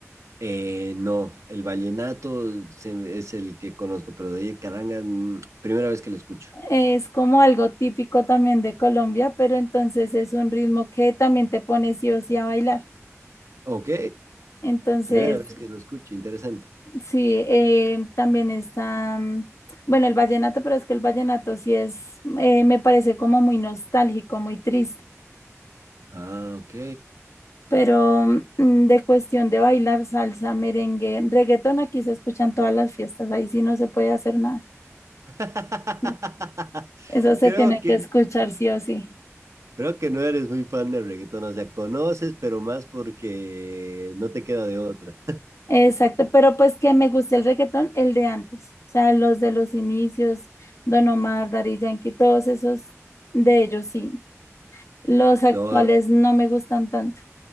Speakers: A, on the right; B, on the left.
A: Eh, no, el vallenato se me- es el que conozco, pero de ahí caranga, mm, primera vez que lo escucho.
B: es como algo típico también de Colombia, pero entonces es un ritmo que también te pone sí o sí a bailar.
A: Ok,
B: Entonces,
A: primera vez que lo escucho, interesante.
B: sí, eh, también está, mm, bueno, el vallenato, pero es que el vallenato sí es, eh, me parece como muy nostálgico, muy triste.
A: Ah, ok.
B: Pero mm, de cuestión de bailar salsa, merengue, reggaetón aquí se escuchan todas las fiestas, ahí sí no se puede hacer nada.
A: <laughs>
B: <laughs> Eso se
A: Creo
B: tiene
A: que,
B: que escuchar sí o sí.
A: creo que no eres muy fan del reggaetón, o sea, conoces, pero más porque no te queda de otra.
B: Exacto, pero pues que me gusta el reggaetón, el de antes, o sea, los de los inicios, Don Omar, Daddy Yankee, todos esos de ellos sí. Los actuales
A: No,
B: no me gustan tanto,